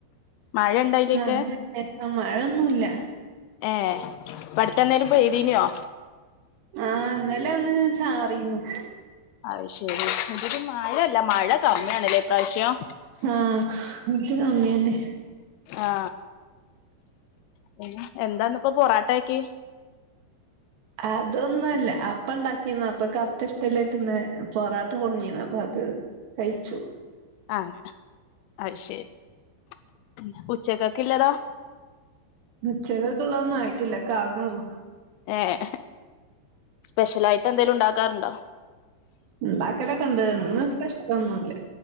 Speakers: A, on the left (about 85°); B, on the right (about 75°).
A: മഴ ഇണ്ടോ അയിലൊക്കെ
B: നല്ല വിശേഷം മഴന്നുല്ല.
A: ഏ ഇപ്പട്ത്തന്നേരം പെയ്തീനോ?
B: ആ ഇന്നലെ ഒന്ന് ചാറീന്നു
A: അത് ശരി <unintelligible> മഴല്ല മഴ കമ്മിയാണല്ലേ ഇപ്രാവശ്യം?
B: ആ <unintelligible> കമ്മിന്നെ
A: ആ പിന്നെ എന്താന്ന് പ്പോ പൊറാട്ടാക്കി?
B: അതൊന്നുല്ല അപ്പ ഇണ്ടാക്കിന്ന അപ്പക്ക് അപ്പ ഇഷ്ടല്ലായിട്ട്ന്ന് പൊറാട്ട കൊടുഞ്ഞിന്ന് അപ്പൊ അത് കയിച്ചു
A: അങ്ങനെ അഹ്ശരി ഉം ഉച്ചക്കക്കെ ഇള്ളതോ?
B: ഉച്ചകക്ക് ഇള്ളതൊന്നും ആയിട്ടില്ല ഒക്കാവുന്നേള്ളൂ.
A: ഏഹ് സ്പെഷ്യൽ ആയിട്ട് എന്തെലും ഇണ്ടാക്കാറുണ്ടോ?
B: ഉണ്ടാക്കലക്കെണ്ട് ഇന്ന് സ്പെഷ്യൽ ഒന്നുല്ല.